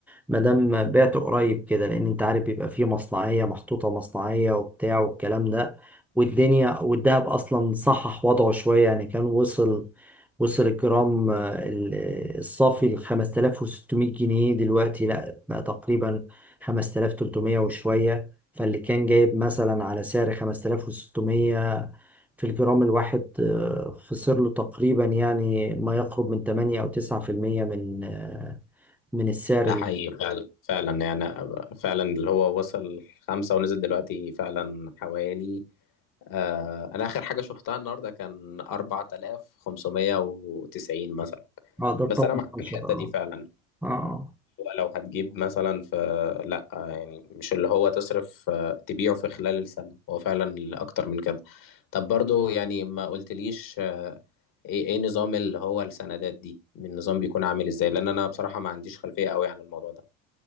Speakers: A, in the centre; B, on the left.
A: ما دام بعت قريب كده لان انت عارف بيبقى فيه مصنعية محطوطة مصنعية وبتاع والكلام ده والدنيا والدهب اصلا صحح وضعه شوية يعني كان وصل وصل الجرام آه، ال- الصافي ل 5600 جنيه دلوقتي لا بقى تقريبا 5300 وشوية فاللي كان جايب مثلا على سعر 5600 في الجرام الواحد آه، خسر له تقريبا يعني ما يقرب من 8 أو 9% من آه، من السعر
B: ده
A: اللي
B: حقيقي فعلا فعلا يعني أنا- فعلا اللي هو وصل خمسة ونزل دلوقتي فعلا حوالي آه أنا آخر حاجة شفتها النهاردة كان 4590 مثلا
A: اه ده
B: بس
A: طبعا
B: أنا معاك في
A: 10
B: الحتة
A: اه
B: دي فعلا
A: آه. آه.
B: هو لو هتجيب مثلا في لأ آه، يعني مش اللي هو تصرف آه، تبيعه في خلال السنة هو فعلا أكتر من كده طب برضو يعني ما قلتليش آه، إيه إيه نظام اللي هو السندات دي من نظام بيكون عامل إزاي لأن أنا بصراحة ما عنديش خلفية أوي عن الموضوع ده